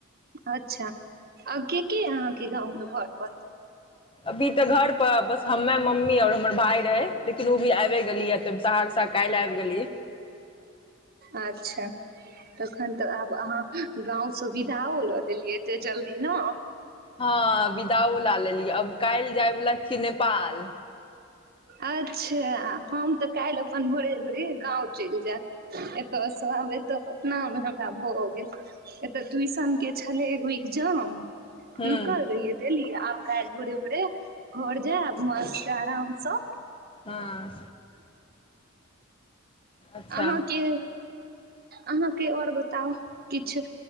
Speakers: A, on the right; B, on the left.
A: अच्छा आ के के य अहाँके गाँवमे घरपर
B: अभी तऽ घर पर बस हमे मम्मी और हमर भाय रहै लेकिन ओ भी आइबे गेली तऽ सहरसा काल्हि आइब गेलीयै
A: अच्छा तखन तऽ आब अहाँ गाँव सुविदाओ लऽ लेलियै एते जल्दी ने
B: हँ विदाओ ला लेलियै अब काल् जायवला छी नेपाल
A: अच्छा हम तऽ काल्हि अपन भोरे भोरे गाँव चलि जायब एतऽसँ हम एतऽ पटनामे हमरा भऽ गेल एतऽ ट्यूशन के छलै एगो एग्जाम
B: हूँ
A: रुकल रहिए देलिए आप काल्हि भोरे भोरे घर जैब मसत आराम सँ
B: हँ अच्छा
A: अहाँके अहाँके और बताउ किछु